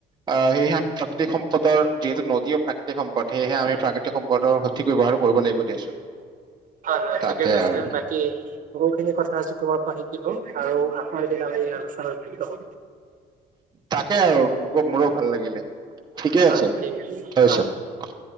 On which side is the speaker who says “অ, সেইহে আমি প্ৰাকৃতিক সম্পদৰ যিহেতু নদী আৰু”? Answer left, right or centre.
Right